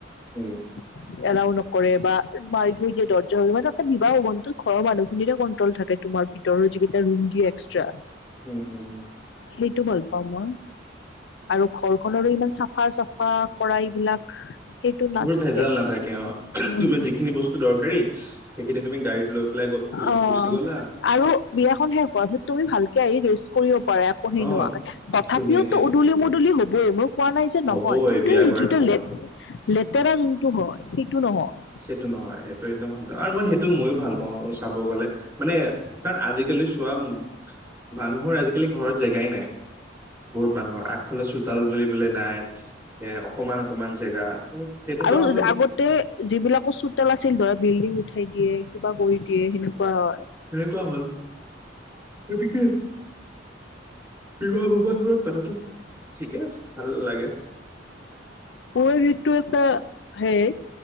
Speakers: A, on the right (about 20°); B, on the left (about 65°).
A: উম
B: হয় <inaudible> এলাও নকৰে বা মাৰি থৈ দিয়ে দৰ্জা ৰুমৰ, এটা বিবাহ ভৱনটোত ঘৰৰ মানুহখিনিৰে কন্ট্ৰল থাকে তোমাৰ ভিতৰত- ভিতৰত যিকেইটা ৰুম দিয়ে এক্সট্ৰা।
A: উম হুম হুম
B: সেইটো ভাল পাওঁ মই আৰু ঘৰখনৰো ইমান চাফা চাফা কৰা এইবিলাক- সেইটো নাথাকে
A: এইবোৰ ভেজাল নাথাকে অ
B: উম
A: তুমি যিখিনি বস্তু দৰকাৰী- সেইখিনি তুমি গাড়িত লৈ পেলাই গুচি
B: অ
A: গলা।
B: আৰু বিয়াখন শেষ হোৱাৰ পিছত তুমি ভালকে আহি ৰেষ্ট কৰিব পাৰে একো সেই
A: অ
B: নোহোৱাকৈ তথাপিও
A: ধুনীয়াকে
B: তো উদুলি মুদূলি হবই মই কোৱা নাই যে
A: হ'বই
B: নহয়- কিন্তু
A: বিয়াঘৰ
B: এই যিটো
A: এখনত
B: ল লেতেৰা যোনটো হয় সেইটো নহয়।
A: সেইটো নহয় সেইটো একদম ভাল আৰু মই সেইটো ময়ো ভাল পাওঁ চাব গলে। মানে কাৰণ আজিকালি চোৱা, মানুহৰ আজিকালি ঘৰত জেগাই নাই বহুত মানুহৰ আগফালে চোতাল বুলিবলে নাই অকণমান অকণমান জেগা, তেনেকুৱা
B: আৰু
A: অলপ
B: আগতে যিবিলাকো চোতাল আছিল ধৰা বিল্ডিং উঠাই দিয়ে কিবা কৰি দিয়ে সেনেকুৱা হয়
A: সনেকোৱা হ'ল, গতিকে বিবাহ ভৱনবোৰৰ কথাটো ঠিকে আছে ভাল লাগে
B: কৈ ঋতু এটা সেই